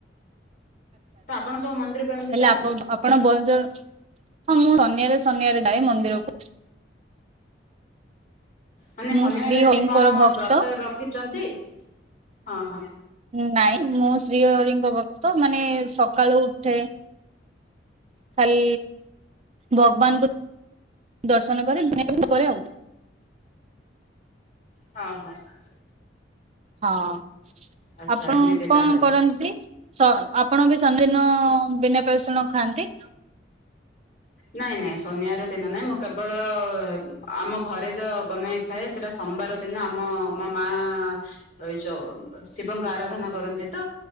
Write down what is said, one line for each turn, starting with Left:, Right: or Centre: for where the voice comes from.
Left: ତ ଆପଣ କୋଉ
Right: <inaudible>
Left: ମନ୍ଦିରକୁ ଏମିତି ଯାଆନ୍ତି?
Right: ଆପଣ ବଲ୍ ଜର୍ ହଁ ମୁଁ ଶନିବାର ଶନିବାର ଯାଏ ମନ୍ଦିରକୁ।
Left: ମାନେ
Right: ମୁଁ
Left: ଶନିବାରେ
Right: ଶ୍ରୀ
Left: ଏମିତି
Right: ହରିଙ୍କର
Left: କଣ
Right: ଭକ୍ତ
Left: ବ୍ରତ ରଖିଚନ୍ତି ହଁ ହଁ।
Right: ନାଇଁ ମୁଁ ଶ୍ରୀହରିଙ୍କ ଭକ୍ତ ମାନେ ସକାଳୁ ଉଠେ। ଖାଲି ଭଗବାନ୍ ଙ୍କୁ ଦର୍ଶନ କରେ ବୁଲା ବୁଲି କରେ ଆଉ।
Left: ହଁ ହଁ।
Right: ହଁ
Left: ଆଚ୍ଛା
Right: ଆପଣ
Left: ଏମିତି
Right: କଣ
Left: ତାହେଲେ।
Right: କରନ୍ତି। ତ ଆପଣ ବି ଶନିବାର ଦିନ ବିନା ପିଆଜ ରସୁଣ ଖାଆନ୍ତି।
Left: ନାଇଁ ନାଇଁ ଶନିବାର ଦିନ ନାଇଁ ମୁଁ କେବଳ ଆମ ଘରେ ଯ ବନା ହେଇ ଥାଏ ସେଟା ସୋମବାର ଦିନ ଆମ ମୋ ମାଆ ଏଇ ଯୋଉ ଶିବଙ୍କ ଆରାଧନା କରନ୍ତି ତ